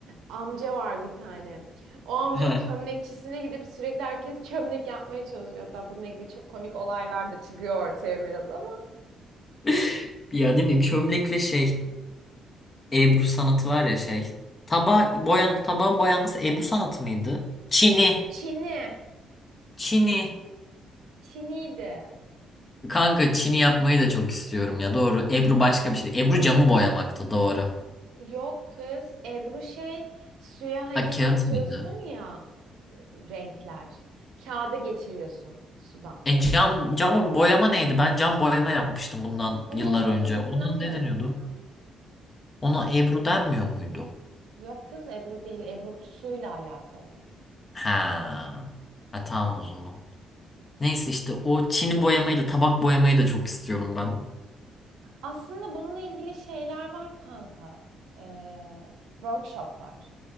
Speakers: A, on the right; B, on the left.
A: amca var bir tane. O amcanın
B: Ha.
A: çömlekçisine gidip sürekli herkes çömlek yapmaya çalışıyor. Hatta bununla ilgili çok komik olaylar da çıkıyor ortaya biraz ama.
B: <laughs> Ya ne bileyim çömlek ve şey Ebru sanatı var ya şey. Taba boyan tabağın boyanması Ebru sanatı mıydı? Çini.
A: Çini.
B: Çini.
A: Çiniydi.
B: Kanka çini yapmayı da çok istiyorum ya. Doğru. Ebru başka bir şeydi. Ebru camı boyamaktı. Doğru.
A: Yok kız. Ebru şey suya hani
B: Ha kağıt
A: atıyorsun
B: mıydı?
A: ya renkler. Kağıda geçiriyorsun sudan.
B: E cam camı boyama neydi? Ben cam boyama yapmıştım bundan
A: Onun
B: yıllar
A: adını
B: önce.
A: hatırlamıyorum
B: Ona ne deniyordu?
A: ya.
B: Ona Ebru denmiyor muydu?
A: Yok kız Ebru değil. Ebru suyla alakalı.
B: Ha. Ha tamam o zaman. Neyse işte o Çin'i boyamayı da tabak boyamayı da çok istiyorum ben.
A: Aslında bununla ilgili şeyler var kanka. Ee, workshoplar.